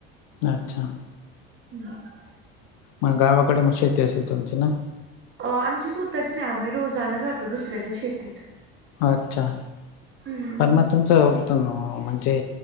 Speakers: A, on the left (about 65°); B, on the right (about 40°).
A: अच्छा
B: <unintelligible>
A: मग गावाकडे मग शेती असेल तुमची ना?
B: अ आमची स्वतःची नाही आम्ही रोजाना जातो दुसऱ्याच्या शेतीत.
A: अच्छा
B: हम्म
A: पर मग तुमचं तूम म्हणजे